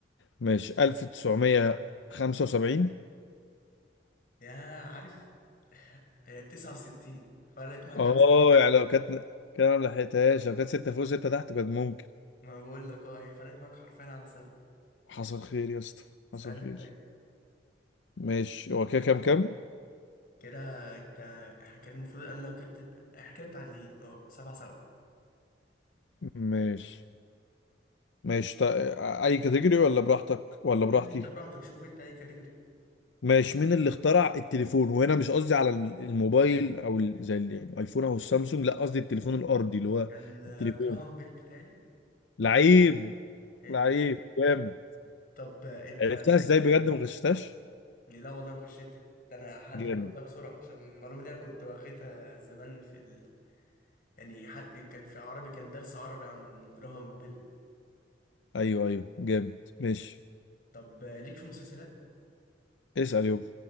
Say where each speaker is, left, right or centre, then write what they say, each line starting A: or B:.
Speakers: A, on the left; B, on the left.
A: ماشي 1975
B: يا عارف <laughs> هي 69 فرقت معاك
A: اه
B: على سنة
A: يعني لو كانت كان أنا ما لحقتهاش لو كانت سته فوق سته تحت كانت ممكن
B: ما بقول لك اه هي فرقت معاك حرفيا على سنة
A: حصل خير يا اسطى
B: اسألني
A: حصل خير
B: طيب
A: ماشي هو كده كام كام
B: كده انت احنا كده المفروض انا لو جبت احنا كده متعادلين اه سبعة سبعة
A: ماشي ماشي تا... اي كاتيجوري ولا براحتك ولا براحتي
B: اسألني انت براحتك شوف انت اي كاتيجوري
A: ماشي مين اللي اخترع التليفون وهنا مش قصدي على ال- الموبايل او ال- زي ال- يعني الايفون او السامسونج لا قصدي التليفون الارضي اللي هو
B: كان آه،
A: التليفون
B: جراهام بيل بتالي
A: لعيب
B: حلوة
A: لعيب
B: دي
A: جامد
B: طب آه،
A: عرفتها ازاي بجد ما غشتهاش
B: لا والله ما خشيتها ده انا حتى
A: جامد
B: جبتها بسرعه عشان المعلومه دي أنا كنت واخدها زمان في ال... يعني حتى كان في عربي كان درس عربي عن جراهام بيل
A: ايوه ايوه جامد ماشي
B: طب آه، ليك في المسلسلات
A: اسال يابا